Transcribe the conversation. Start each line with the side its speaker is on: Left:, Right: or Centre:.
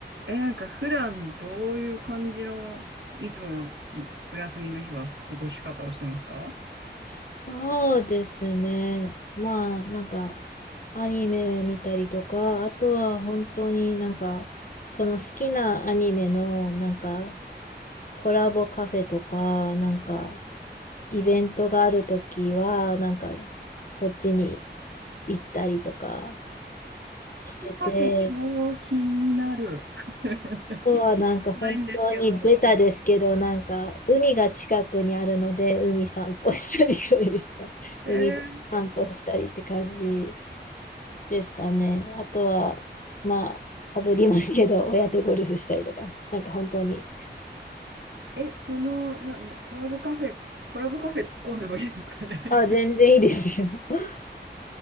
Right: え、なんか普段どういう感じの、いつものお休みの日は過ごし方をしてますか
Left: そうですね。まあ、なんか、アニメ見たりとか、あとは本当になんか、その好きなアニメのなんか、コラボカフェとか、なんか、イベントがあるときは、なんか、そっちに行ったりとかしてて、
Right: カフェ超気になる。<laughs>
Left: あとはなんか本当にベタですけど、
Right: 行ってないんですけど。
Left: なんか、海が近くにあるので、海散歩したりぐらいですかね。
Right: へえ
Left: 海散歩したりって感じ。ですかね。あとは、まあ、かぶりますけど、<laughs> 親とゴルフしたりとか、なんか本当に。
Right: え、その、な、コラボカフェ、コラボカフェ突っ込んでもいいですかね
Left: あ、全然いいですよ。
Right: <laughs>
Left: <laughs>